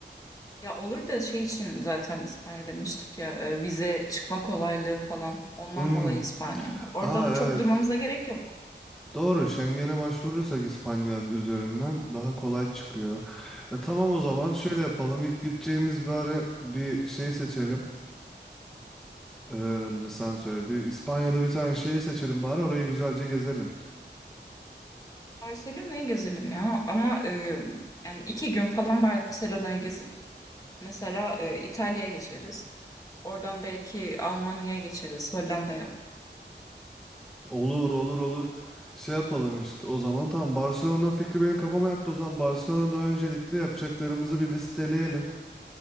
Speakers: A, on the left (about 20°); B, in the centre.
A: Ya olur da şey için zaten İspanya demiştik ya e, vize çıkma kolaylığı falan. Ondan
B: Hmm.
A: dolayı İspanya. Orada
B: Aa
A: çok
B: evet.
A: durmamıza gerek yok.
B: Doğru. Schengen'e başvurursak İspanya üzerinden daha kolay çıkıyor. E, tamam o zaman
A: Evet.
B: şöyle yapalım. İlk gideceğimiz bir ara bir şey seçelim. E, adını sen söyle. Bir İspanya'da bir tane şeyi seçelim bari orayı güzelce gezelim.
A: Barcelona'yı gezelim ya ama e, yani iki gün falan Barcelona'yı gezip mesela e, İtalya'ya geçeriz. Oradan belki Almanya'ya geçeriz, Hollanda'ya.
B: Olur olur olur. Şey yapalım işte o zaman tamam Barcelona fikri benim kafama yattı o zaman Barcelona'da öncelikle yapacaklarımızı bir listeleyelim.